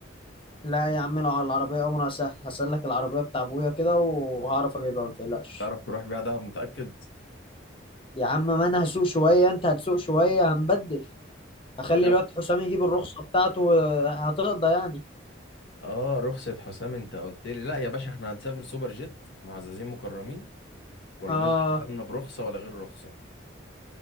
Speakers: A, on the left (about 25°); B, on the left (about 70°).
A: لا يا عم الع- العربية أمرها سهل هسلك العربية بتاع أبويا كده وهعرف أجيبها ما تقلقش
B: تعرف تروح بيها دهب متأكد
A: يا عم ما انا هسوق شويه انت هتسوق شويه هنبدل اخلي
B: يب.
A: الواد حسام يجيب الرخصه بتاعته هتقضى يعني
B: اه رخصة حسام انت قلت لي لا يا باشا احنا هنسافر سوبر جيت معززين مكرمين ولا
A: اه
B: نشغل بالنا برخصة ولا غير رخصة